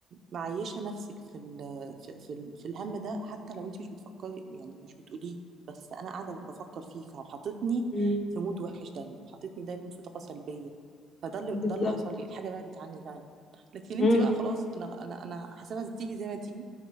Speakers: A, on the right; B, on the left.
A: معيشة نفسك في ال في في, ال في الهم ده حتى لو انتي مش بتفكري يعني مش بتقوليه بس انا قاعدة بفكر فيه فحطتني
B: امم
A: في مود وحش دايما حطتني دايما في طاقة سلبية فده اللي
B: بالظبط
A: ده اللي حصل لي الحاجة بعدت عني فعلا لكن انتي
B: امم
A: بقى خلاص انا انا انا حاسبها تيجي زي ما تيجي